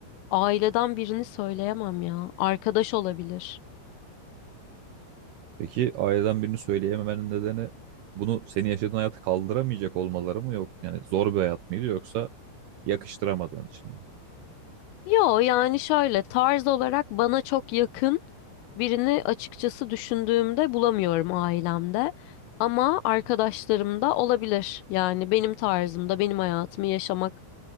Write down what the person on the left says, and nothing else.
aileden birini söyleyemem ya. Arkadaş olabilir.
Yo yani şöyle tarz olarak bana çok yakın birini açıkçası düşündüğümde bulamıyorum ailemde. Ama arkadaşlarımda olabilir. Yani benim tarzımda benim hayatımı yaşamak